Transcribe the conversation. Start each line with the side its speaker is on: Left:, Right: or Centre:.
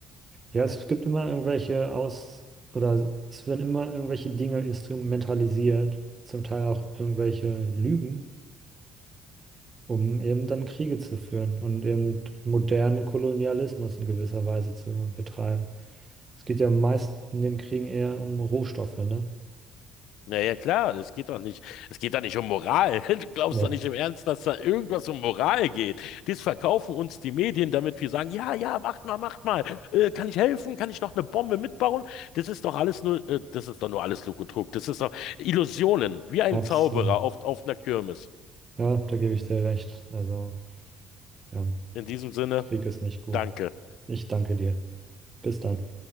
Right: Ja, es gibt immer irgendwelche Aus- oder es werden immer irgendwelche Dinge instrumentalisiert, zum Teil auch irgendwelche Lügen, um eben dann Kriege zu führen und eben modernen Kolonialismus in gewisser Weise zu betreiben. Es geht ja meist in den Kriegen eher um Rohstoffe, ne?
Left: Naja, klar, es geht doch nicht, es geht doch nicht um Moral. <laughs> Du glaubst
Right: Nee,
Left: doch nicht im Ernst, dass da irgendwas um Moral geht. Das verkaufen uns die Medien, damit wir sagen, ja, ja, macht mal, macht mal. Äh, kann ich helfen? Kann ich noch eine Bombe mitbauen? Das ist doch alles nur, äh, das ist doch nur alles Lug und Trug. Das ist doch Illusionen, wie ein
Right: absolut.
Left: Zauberer oft auf einer Kirmes.
Right: Ja, da gebe ich dir recht. Also, ja,
Left: In diesem Sinne,
Right: Krieg ist nicht gut.
Left: danke.
Right: Ich danke dir. Bis dann.